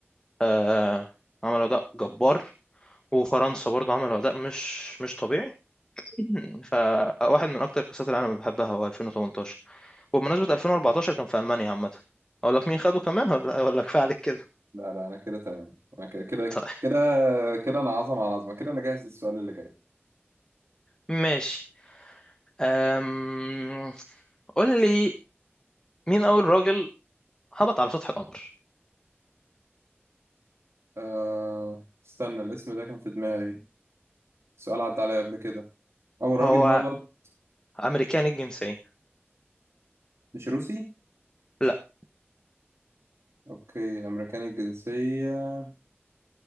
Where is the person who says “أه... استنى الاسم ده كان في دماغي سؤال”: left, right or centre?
Right